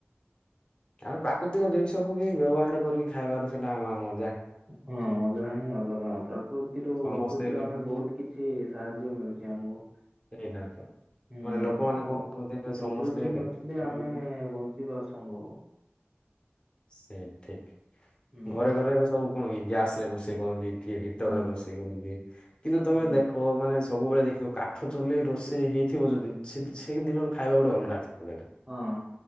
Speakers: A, on the left; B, on the right.
A: ଆହୁରି ପ୍ରାକୃତିକ ଜିନିଷକୁୁ ବି ବ୍ୟବହାର କରିକି ଖାଇବାର, ସେଇଟା ଆମର ମ
B: ହଁ ମଜା ହିଁ ଅଲଗା। ପ୍ରକୃତିରୁ
A: ସମସ୍ତେ
B: ପ୍ରକୃତିରୁ
A: ଏବେ
B: ଆମେ ବହୁତ କି ଛି ସାହାଯ୍ୟ ମିଳୁଛି ଆମକୁ।
A: ସେଇଟା ତ।
B: ହୁଁ
A: ମାନେ ଲୋକମାନେ କଣ କରନ୍ତି ରେ
B: ପ୍ରକୃତି
A: ସମସ୍ତେ ଦେଖନ୍ତୁ।
B: ନଥିଲେ ଆମେ
A: <unintelligible>
B: ବଞ୍ଚିବା ଅସମ୍ଭବ।
A: ସେ ଠିକ୍।
B: ହୁଁ
A: ଘରେ ଘରେ ଏବେ ସବୁ କଣ କି ଗ୍ୟାସରେ ରୋଷେଇ କରନ୍ତି କି ହିଟରରେ
B: ହଁ
A: ରୋଷେଇ କରନ୍ତି, କିନ୍ତୁ ତମେ
B: ହୁଁ।
A: ଦେଖ ମାନେ ସବୁବେଳେ ଦେଖିଥିବ କାଠ ଚୁଲି ରୋଷେଇ ହେଇଥିବ ଯଦି, ସେ ଦି ସେଇ ଦିନର ଖାଇବା ଗୋଟେ ଅଲଗା ଥିବ ସେଟା।
B: ହଁ।